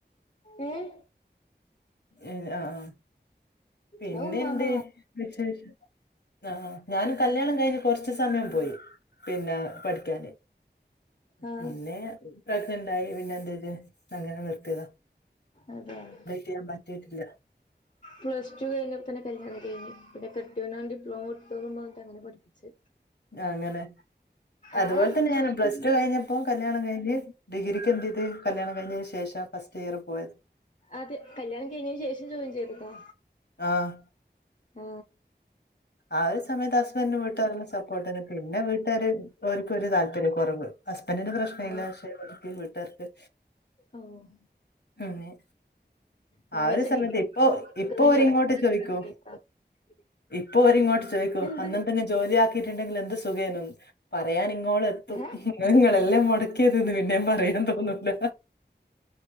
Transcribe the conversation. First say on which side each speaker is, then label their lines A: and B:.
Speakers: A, on the left; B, on the left.
A: ഏഹ്
B: ഏഹ് ആഹ് ആഹ് പിന്നെന്തേ
A: അത് ഉമ്മാമ
B: വിശേഷം ആഹ് ഞാനും കല്യാണം കഴിഞ്ഞ് കൊറച്ച് സമയം പോയി പിന്നെ പഠിക്കാന്
A: ആ
B: പിന്നെ വിശേഷണ്ടായി പിന്നെ എന്ത് ചെയ്ത് അങ്ങനെ നിർത്തിയത
A: അതാണ്
B: ചെയ്യാൻ പറ്റിയിട്ടില്ല
A: പ്ലസ് ടു കഴിഞ്ഞപ്പന്നെ കല്യാണം കഴിഞ്ഞ് പിന്നെ കെട്ടിയോന ഡിപ്ലോമ ഇട്ത്തോന്ന് പറഞ്ഞിട്ട് അങ്ങനെ പഠിപ്പിച്ച്
B: അങ്ങനെ അതുപോലെ
A: ആളെന്നോട്
B: തന്നെ ഞാനും
A: ചോദിക്കും
B: പ്ലസ് ടു കഴിഞ്ഞപ്പോ കല്യാണം കഴിഞ്ഞ് ഡിഗ്രിക്ക് എന്ത് ചെയ്ത് കല്യാണം കഴിഞ്ഞതിന് ശേഷ ഫസ്റ്റ് ഇയർ പോയത്
A: അതെ കല്യാണം കഴിഞ്ഞതിന് ശേഷം ജോയിൻ ചെയ്തതാ
B: ആഹ്
A: ആ
B: ആ ഒരു സമയത്ത് ഹസ്ബൻ്റും വീട്ടുകാരല്ലാം സപ്പോർട്ടന്നെ. പിന്നെ വീട്ടുകാര് ഓര്കൊരു താൽപര്യ കുറവ്. ഹസ്ബൻ്റിന് പ്രശ്ന
A: ആ
B: ഇല്ല. പക്ഷെ വീട്ടുകാർക്ക്
A: ഓ
B: പിന്നെ.
A: ഞാൻ
B: ആ
A: വിചാരിച്ച്
B: ഒരു സമയത്ത്.
A: ഡിഗ്രി
B: ഇപ്പോ
A: എടുക്കുന്നതിന്റെ
B: ഇപ്പോ ഒരിങ്ങോട്ട്
A: ഇടക്ക് കല്യാണം
B: ചോദിക്കോ.
A: <unintelligible>
B: ഇപ്പോ ഓരിങ്ങോട്ട് ചോയ്ക്കും.
A: എന്ത്
B: അന്ന് എന്തെങ്കിലും ജോലി ആക്കിയിട്ടുണ്ടെങ്കിൽ എന്ത് സുഖേനുന്ന്. പറയാൻ ഇങ്ങോളെ ത്തു
A: ഏഹ്
B: ത്തും നിങ്ങളല്ലേ മുടക്കിയത് ന്ന് പിന്നെ പറയാൻ തോന്നൂല.